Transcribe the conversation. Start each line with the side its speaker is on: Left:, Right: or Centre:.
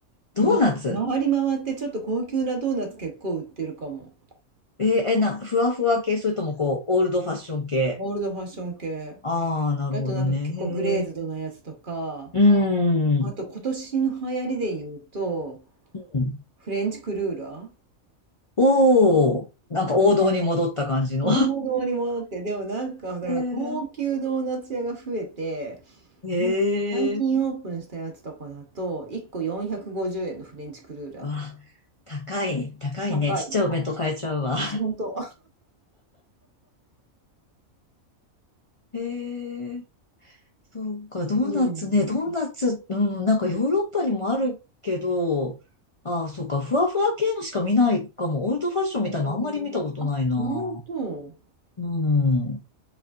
Left: ドーナツ
Right: ま、回り回ってちょっと高級なドーナツ結構売ってるかも。
Left: えーえ、な、ふわふわ系、それともこう、オールドファッション系。
Right: オールドファッション系。
Left: ああ、なるほどね。
Right: であとなんか結構グレーズドなやつとか、
Left: へえ。うーん。
Right: あと今年の流行りで言うと、
Left: うん
Right: フレンチクルーラー
Left: おおなんか王道に戻った感じの。
Right: 大物に戻って、でもなんか、だから高級ドーナツ屋が増えて、
Left: <laughs> へえ。へえ。
Right: なんか最近オープンしたやつとかだと、1個450円のフレンチクルーラーとか。
Left: わあ、高い、高いね。
Right: 高いの。
Left: ちっちゃいお弁当買えちゃうわ。
Right: ほんと。
Left: へえ。そうか、ドーナツね、
Right: うん。
Left: ドーナツ、うん、なんかヨーロッパにもあるけど、ああ、そうか、ふわふわ系のしか見ないかも。オールドファッションみたいなのあんまり見たことないな。
Right: おー、本当
Left: うん。